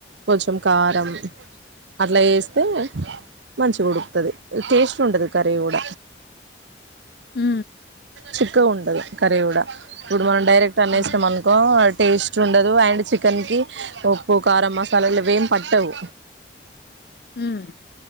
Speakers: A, on the right; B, on the left.
A: కొంచెం కారం అట్లా ఏస్తే మంచిగా ఉడుకుతది టేస్ట్ ఉంటాది. కర్రి గుడ
B: హు
A: చిక్కగ ఉంటది కర్రీ కూడా ఇప్పుడు మనం డైరెక్ట్ అన్నేస్తం
B: అవును
A: అనుకో టేస్ట్ ఉండదు. అండ్ చికెన్ కి ఉప్పు, కారం, మసాలాలు ఆవేం పట్టవు.
B: ఉమ్